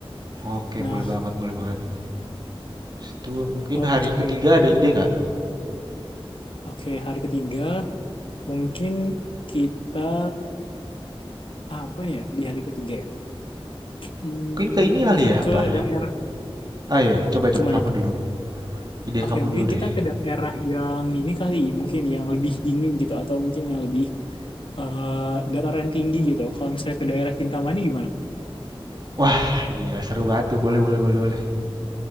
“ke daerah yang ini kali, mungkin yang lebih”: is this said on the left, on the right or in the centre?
Left